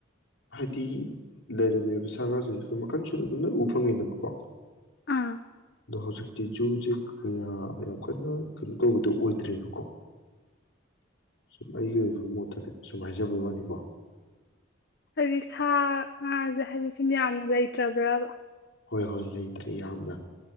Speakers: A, on the left (about 70°); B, on the left (about 50°).
A: ꯍꯥꯏꯗꯤ ꯂꯩꯔꯝꯃꯤꯕ ꯁꯥ ꯉꯥꯁꯤꯡꯁꯤꯁꯨ ꯃꯈꯟ ꯁꯨꯅ ꯑꯗꯨꯝ ꯎꯐꯪꯉꯤꯗꯅꯀꯣ
B: ꯑꯥ
A: ꯑꯗꯣ ꯍꯧꯖꯤꯛꯇꯤ ꯓꯨꯁꯦ ꯌꯥꯝ ꯀꯟꯅ ꯀꯩꯅꯣ ꯇꯧꯕꯗꯨꯣ ꯑꯣꯏꯗ꯭ꯔꯦꯕꯀꯣ ꯁꯨꯝ ꯑꯩꯒꯤ ꯑꯣꯏꯕ ꯃꯣꯠꯇꯗꯤ ꯁꯨꯝ ꯍꯥꯏꯖꯕꯩ ꯋꯥꯅꯤꯀꯣ
B: ꯍꯥꯏꯗꯤ ꯁꯥ ꯉꯥꯁꯦ ꯍꯥꯏꯗꯤ ꯁꯨꯝ ꯌꯥꯝꯅ ꯂꯩꯇ꯭ꯔꯕ꯭ꯔꯕ
A: ꯍꯣꯏ ꯍꯣꯏ ꯂꯩꯇ꯭ꯔꯦ ꯌꯥꯝꯅ